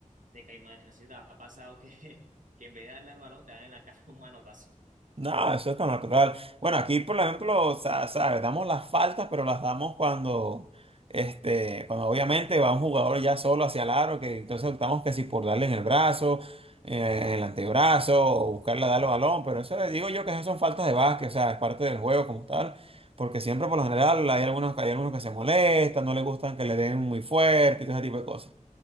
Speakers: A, on the right (about 70°); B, on the right (about 45°).
A: de caimanes. No sé si te ha pasado que, <laughs> que en vez de darle al balón te dan en la cara un manotazo.
B: No, eso es tan natural. Bueno, aquí, por ejemplo, o sea, ¿sabes? Damos las faltas, pero las damos cuando, este, cuando obviamente va un jugador ya solo hacia el aro, que entonces optamos que si por darle en el brazo, eh, en el antebrazo, o buscarle a darle balón, pero eso eh, digo yo que esas son faltas de básquet, o sea, es parte del juego como tal, porque siempre por lo general hay algunos, hay algunos que se molestan, no les gustan que le den muy fuerte, y todo ese tipo de cosas.